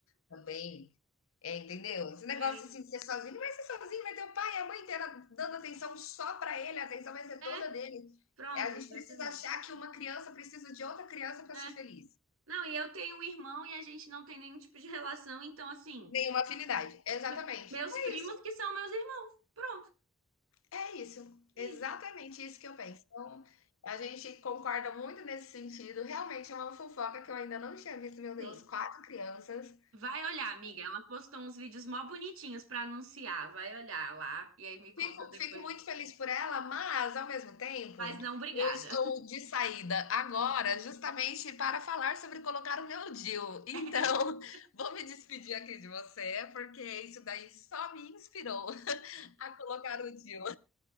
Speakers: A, on the left; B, on the right.
A: também, é, entendeu? Esse negócio
B: É,
A: assim de ser sozinho, não vai ser sozinho, vai ter o pai e a mãe inteira dando atenção só pra ele, a atenção vai ser
B: é,
A: toda dele.
B: pronto,
A: É, a
B: exatamente.
A: gente precisa achar que uma criança precisa de outra criança pra
B: É.
A: ser feliz.
B: Não, e eu tenho um irmão e a gente não tem nenhum tipo de relação, então assim.
A: Nenhuma afinidade. Exatamente.
B: Me- Meus
A: É
B: primos
A: isso.
B: que são meus irmãos. Pronto,
A: É isso,
B: é
A: exatamente
B: isso.
A: isso que eu penso. Então, a gente concorda muito nesse sentido. Realmente é uma fofoca que eu ainda não tinha visto, meu Deus,
B: Sim.
A: quatro crianças.
B: Vai olhar, amiga. Ela postou uns vídeos mó bonitinhos pra anunciar. Vai olhar lá e aí me conta
A: Fico,
B: depois.
A: fico muito feliz por ela, mas ao mesmo tempo,
B: Mas não, obrigada.
A: eu estou de saída agora, justamente para falar sobre colocar o meu DIU. Então,
B: <laughs> É
A: <laughs> vou me despedir aqui de você, porque isso daí só me inspirou <laughs> a colocar o DIU.